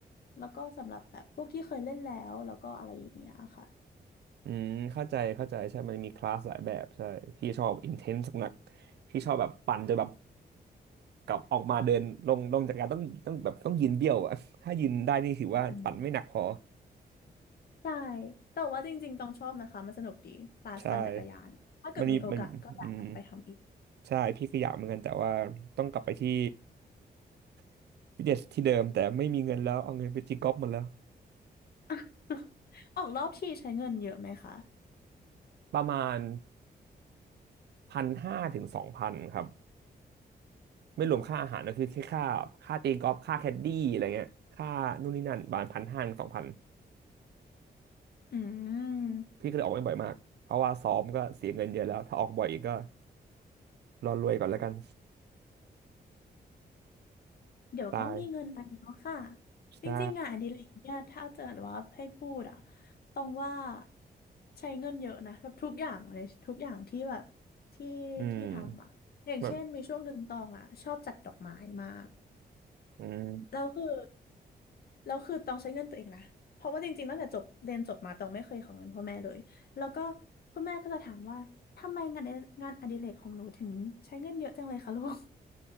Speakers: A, on the left (about 65°); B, on the right (about 85°).
A: แล้วก็สำหรับแบบพวกที่เคยเล่นแล้วแล้วก็อะไรอย่างเงี้ยค่ะ
B: อืมเข้าใจเข้าใจใช่มันมีคลาสหลายแบบใช่พี่ชอบ intense หนักๆพี่ชอบแบบปั่นจนแบบ กลับออกมาเดินลงลงจากการต้องต้องแบบต้องยืนเบี้ยวอะ <laughs> ถ้ายืนได้นี่ถือว่าปั่นไม่หนักพอ
A: อืมใช่แต่ว่าจริงๆต้องชอบนะคะมันสนุกดีคลาสปั่นจักรยานถ้าเกิดมีโอกาสก็อยากกลับไปทำอีก
B: ใช่มันมีมันอืมใช่พี่ก็อยากเหมือนกันแต่ว่าต้องกลับไปที่ <laughs> ฟิตเนสที่เดิมแต่ไม่มีเงินแล้วเอาเงินไปตีกอล์ฟหมดแล้ว
A: <laughs> ออกรอบทีใช้เงินเยอะไหมคะ
B: ประมาณพันห้าถึงสองพันครับไม่รวมค่าอาหารก็คือแค่ค่าค่าตีกอล์ฟค่าแคดดี้อะไรเงี้ยค่านู่นนี่นั่นประมาณพันห้าถึงสองพัน
A: อืม
B: พี่ก็เลยออกไม่บ่อยมากเพราะว่าซ้อมก็เสียเงินเยอะแล้วถ้าออกบ่อยอีกก็รอรวยก่อนแล้วกัน
A: เดี๋ยวก็มีเงินไปแล้วค่ะ
B: ตายใช่
A: จริงๆงานอดิเรกเนี่ยถ้าเกิดว่าให้พูดอะต้องว่าใช้เงินเยอะนะแบบทุกอย่างเลยทุกอย่างที่แบบที่ที่ทำอะอย่างเช่นมีช่วงหนึ่งตองอะชอบจัดดอกไม้มาก
B: อืมแบบอืม
A: แล้วคือแล้วคือตองใช้เงินตัวเองนะเพราะว่าจริงๆตั้งแต่จบเรียนจบมาตองไม่เคยขอเงินพ่อแม่เลยแล้วก็คุณแม่ก็จะถามว่าทำไมงานในงานอดิเรกของหนูถึงใช้เงินเยอะจังเลยคะลูก